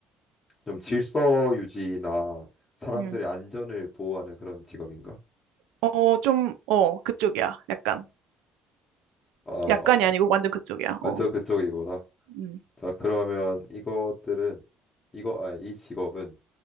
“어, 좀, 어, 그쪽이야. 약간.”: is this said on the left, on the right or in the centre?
Right